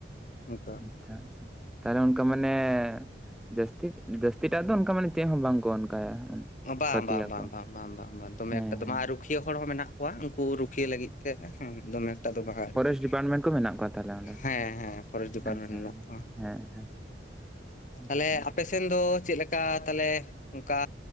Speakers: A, on the left; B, in the centre.
A: ᱚᱱᱠᱟ᱾
B: ᱟᱪᱪᱷᱟ ᱟᱪᱪᱷᱟ ᱛᱟᱦᱚᱞᱮ ᱚᱱᱠᱟ ᱢᱟᱱᱮ ᱡᱟᱹᱥᱛᱤ ᱡᱟᱹᱥᱛᱤᱴᱟᱜ ᱫᱚ ᱚᱱᱠᱟ ᱢᱟᱱᱮ ᱪᱮᱫ ᱦᱚᱸ ᱵᱟᱝᱠᱚ ᱚᱱᱠᱟᱭᱟ᱾
A: ᱵᱟᱝ
B: ᱠᱷᱚᱛᱤᱭᱟᱠᱚ
A: ᱵᱟᱝ ᱵᱟᱝ ᱵᱟᱝ ᱵᱟᱝ ᱵᱟᱝ ᱵᱟᱝ ᱫᱚᱢᱮ
B: ᱦᱮᱸ
A: ᱮᱠᱴᱟ ᱫᱚᱢᱮ
B: ᱦᱮᱸ
A: ᱟᱨ ᱨᱩᱠᱷᱤᱭᱟᱹ ᱦᱚᱲ ᱦᱚᱸ ᱢᱮᱱᱟᱜ ᱠᱚᱣᱟ ᱩᱱᱠᱩ ᱨᱩᱠᱷᱭᱤᱭᱟᱹ ᱞᱟᱹᱜᱤᱫ ᱛᱮ ᱫᱚᱢᱮ᱾ ᱫᱚ
B: ᱟᱪ
A: ᱵᱟᱝ ᱟᱨᱠᱤ
B: ᱯᱷᱚᱨᱮᱥᱴ ᱰᱤᱯᱟᱨᱴᱢᱮᱱᱴ ᱠᱚ ᱢᱮᱱᱟᱜ ᱠᱚᱣᱟ ᱛᱟᱦᱚᱞᱮ ᱚᱸᱰᱮ
A: ᱦᱮᱸ ᱦᱮᱸ ᱯᱷᱚᱨᱮᱥᱴ ᱰᱤᱯᱟᱨᱴᱢᱮᱱᱴ
B: ᱟᱪᱪᱷᱟ
A: ᱢᱮᱱᱟᱜ ᱠᱚᱣᱟ
B: ᱦᱮᱸ ᱦᱮᱸ᱾ ᱦ
A: ᱛᱟᱦᱞᱮ
B: <unintelligible>
A: ᱟᱯᱮ ᱥᱮᱱ ᱫᱚ ᱪᱮᱫ ᱞᱮᱠᱟ ᱛᱟᱦᱟᱞᱮ ᱚᱱᱠᱟ